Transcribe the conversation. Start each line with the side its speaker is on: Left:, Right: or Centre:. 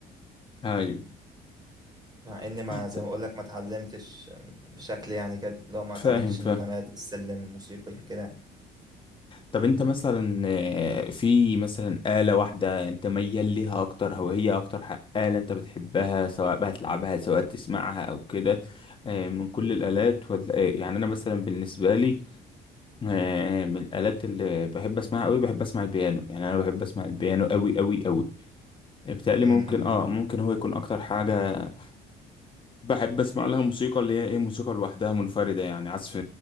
Left: ايوه
Right: مع ان ما زي
Left: ت-
Right: ما اقول لك ما اتعلمتش بشكل يعني كده لو ما اتعلمتش
Left: فاهم فاهم
Right: النغمات السلم الموسيقي كده
Left: طب انت مثلا آه، في مثلا آلة واحدة انت ميال ليها اكتر او هي اكتر ح- آلة انت بتحبها سواء بقى تلعبها سواء تسمعها او كده آه، من كل الآلات ولا ايه؟ يعني انا مثلا بالنسبة لي آه، من الآلات اللي بحب اسمعها قوي بحب اسمع البيانو يعني انا بحب اسمع البيانو قوي قوي قوي بتقلي
Right: م-
Left: ممكن
Right: م.
Left: اه ممكن هو يكون اكتر حاجة بحب اسمع لها موسيقى اللي هي ايه موسيقى لوحدها منفردة يعني عزف